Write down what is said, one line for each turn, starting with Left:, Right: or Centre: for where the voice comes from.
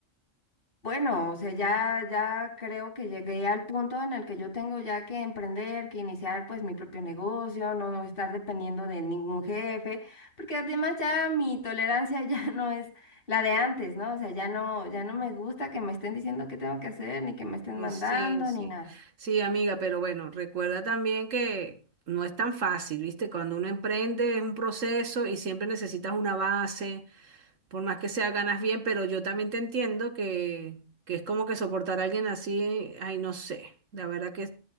Left: Bueno, o sea, ya, ya creo que llegué al punto en el que yo tengo ya que emprender, que iniciar pues mi propio negocio, no estar dependiendo de ningún jefe, porque además ya mi tolerancia ya <laughs> no es la de antes, ¿no? O sea, ya no, ya no me gusta que me estén diciendo qué tengo que hacer, ni que me estén
Right: Y
Left: mandando,
Right: Sí, sí,
Left: ni nada.
Right: sí, amiga, pero bueno, recuerda también que no es tan fácil, ¿viste? Cuando uno emprende es un proceso y siempre necesitas una base, por más que sea ganas bien, pero yo también te entiendo que, que es como que soportar a alguien así, ay, no sé, la verdad que